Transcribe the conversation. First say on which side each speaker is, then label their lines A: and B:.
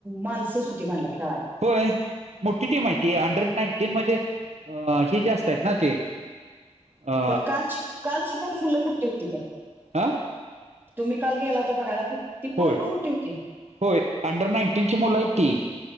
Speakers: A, on the right; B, on the right.
A: माणसच होती म्हणला खेळा
B: होय मोठी ती माहिती आहे अंडर नाईन्टीन म्हणजे अ हे जास्त आहेत ना ते अ
A: पण कालची कालची पण मुलं मोठी होती काय
B: आं
A: तुम्ही काल गेला होता बघायला ती पोर
B: होय
A: पण मोठी होती
B: होय अंडर नाईन्टीन ची मुलं आहेत ती